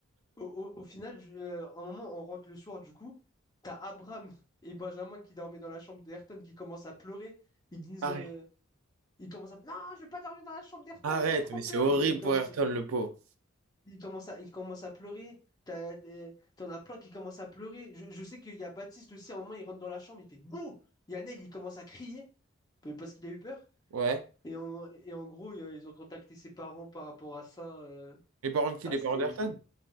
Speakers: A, on the left (about 20°); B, on the right (about 85°).
A: Au, au- au final, je- euh, à un moment, on rentre le soir, du coup, t'as Abraham et Benjamin qui dormaient dans la chambre d'Ayrton qui commencent à pleurer. Ils disent,
B: Arrête.
A: euh, ils commencent à, non, je vais pas dormir dans la chambre d'Ayrton,
B: Arrête,
A: j'ai trop
B: mais
A: peur.
B: c'est horrible
A: Ils, ils commencent,
B: pour Ayrton, le pauvre.
A: ils commencent à, ils commencent à pleurer. T'as des- T'en as plein qui commencent à pleurer. Je, je sais qu'il y a Baptiste aussi, à un moment, il rentre dans la chambre, il fait bouh! Il y a Neil, il commence à crier euh, parce qu'il a eu peur.
B: Ouais.
A: Et en, et en gros, il y a- ils ont contacté ses parents par rapport à ça. euh.
B: Les parents de qui?
A: Ah,
B: Les
A: c'était,
B: parents d'Ayrton?